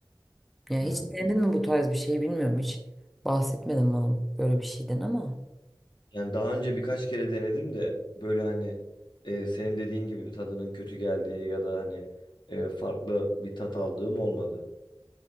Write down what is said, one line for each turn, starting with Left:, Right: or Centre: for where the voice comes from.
Centre: Yani
Left: Hmm.
Centre: hiç denedin mi bu tarz bir şey bilmiyorum hiç bahsetmedin bana böyle bir şeyden ama
Left: Yani daha önce birkaç kere denedim de böyle hani e, senin dediğin gibi tadının kötü geldiği ya da hani e, farklı bir tat aldığım olmadı.